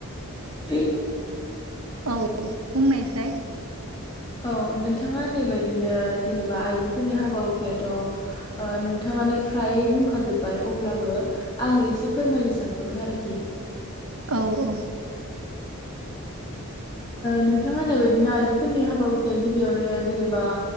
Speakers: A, on the left (about 20°); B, on the right (about 80°).
A: ए
B: औ बुंनायसाय
A: औ नोंथाङा नै बायदिनो जेनेबा आइजोफोरनि हाबा हुखायाथ' नोंथाङानो फ्रायै बुंखाजोबबाय अब्लाबो आं एसे फोरमायनो सानबावदों आरोखि
B: औ औ
A: नोंथाङानाय बायदिनो आइजोफोरनि हाबा हुखाया गिबियावनो जेनेबा